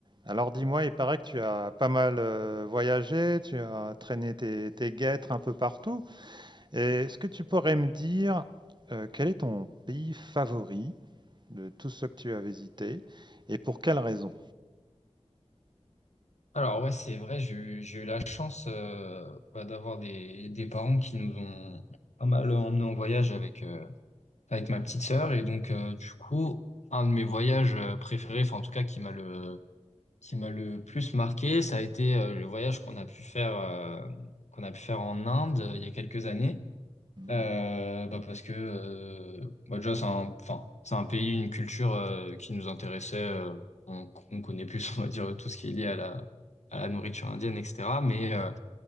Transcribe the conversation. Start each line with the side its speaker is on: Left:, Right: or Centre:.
Right: Alors dis-moi, il paraît que tu as pas mal euh, voyagé, tu as traîné tes, tes guêtres un peu partout. Et Est-ce que tu pourrais me dire euh, quel est ton pays favori de tous ceux que tu as visités et pour quelle raison?
Left: Alors ouais, c'est vrai, j'ai eu, j'ai eu la chance euh, bah, d'avoir des, des parents qui nous ont pas mal emmenés en voyage avec, euh, avec ma petite sœur. Et donc, euh, du coup, un de mes voyages euh, préférés, enfin en tout cas qui m'a le, qui m'a le plus marqué, ça a été euh, le voyage qu'on a pu faire, euh, qu'on a pu faire en Inde euh, il y a quelques années.
Right: Hmm.
Left: Euh, bah parce que euh, bah déjà c'est un, enfin c'est un pays, une culture euh, qui nous intéressait. euh, on, on connaît plus, <laughs> on va dire tout ce qui est lié à la à la nourriture indienne, etc. Mais euh,